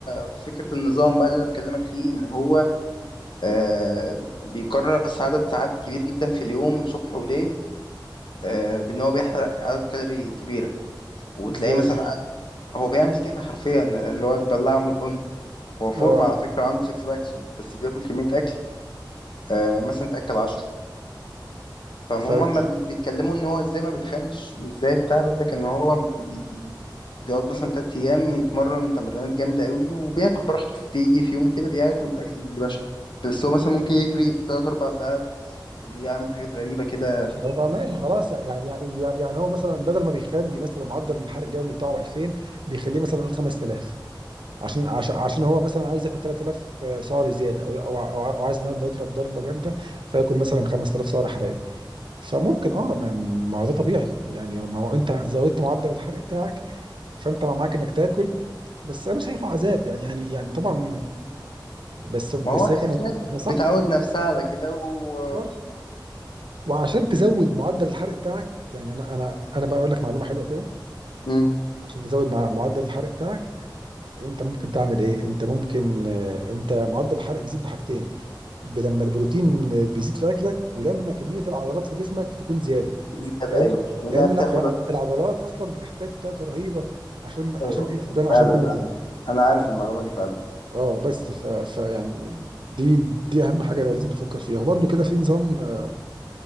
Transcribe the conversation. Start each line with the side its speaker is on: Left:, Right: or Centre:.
Left: في فكرة النظام بقى اللي انا بكلمك فيه ان هو آه بيكرس عدد ساعات كبير جدا في اليوم صبح وليل آه بان هو بيحرق عدد كالوري كبيرة وتلاقيه
Right: ازاي
Left: مثلا قاعد- هو بيعمل كده حرفيا اللي هو البلاعة مدقن هو فورمة
Right: اه
Left: على فكرة وعنده سكس باكس بس بياكل كمية اكل آه مثلا تاكل 10 فهم
Right: ف
Left: ما بي- بيتكلموا ان هو ازاي ما بيتخنش وازاي بتاع بيقول لك ان هو بي... بيقعد مثلا تلات ايام يتمرن تمرينات جامده قوي وبياكل براحته بيجي في يوم كده بياكل الاكل اللي باشا بس هو مثلا ممكن يجري تلات اربع ساعات يعمل حاجات غريبه كده
Right: هو ماشي خلاص يعني يعني يعني هو مثلا بدل ما بيخلي مثلا معدل الحرق اليومي بتاعه 2000 بيخليه مثلا نقول 5000 عشان عشان عشان هو مثلا عايز ياكل 3000 سعر زياده او او او أو عايز النهارده يضرب ضربه جامده فياكل مثلا 5000 سعر حراري فممكن اه ما ما هو ده طبيعي يعني ما هو انت زودت معدل الحرق بتاعك فانت معاك انك تاكل بس انا شايفه عذاب يعني يعني يعني طبعا بس بس
Left: ما هو
Right: هي كانت
Left: في ناس
Right: هي صح
Left: بتعود نفسها على كده و
Right: آه. وعشان تزود معدل الحرق بتاعك يعني انا انا انا بقى اقول لك معلومه حلوه كده
Left: مم.
Right: عشان تزود مع معدل الحرق بتاعك انت ممكن تعمل ايه انت ممكن آه، انت معدل الحرق بيزيد بحاجتين ب- لما البروتين بيزيد في اكلك ولما كميه العضلات في جسمك تكون زياده
Left: زياده
Right: لان
Left: ايوه لانها
Right: لان
Left: بتاخد
Right: الع- الع-
Left: اكتر
Right: العضلات اصلا بتحتاج طاقه رهيبه عشان عشان
Left: ايوه
Right: ايه تتبنى
Left: فعلا
Right: عشان كل
Left: انا
Right: الكلام ده.
Left: انا عارف المعلومه دي فعلا
Right: اه بس ف... فيعني دي دي اهم حاجه لازم تفكر فيها وبرده كده في نظام آه،